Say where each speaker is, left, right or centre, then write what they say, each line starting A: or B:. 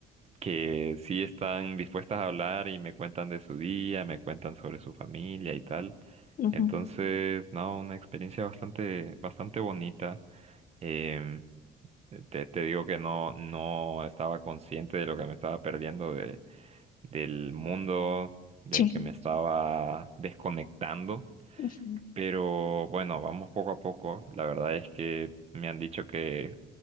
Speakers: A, on the right; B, on the left.
A: que sí están dispuestas a hablar y me cuentan de su día, me cuentan sobre su familia y tal.
B: Ujú,
A: Entonces, no, una experiencia bastante, bastante bonita. Em, te, te digo que no, no estaba consciente de lo que me estaba perdiendo de, del mundo del
B: Sí.
A: que me estaba desconectando.
B: ujú,
A: Pero bueno, vamos poco a poco. La verdad es que me han dicho que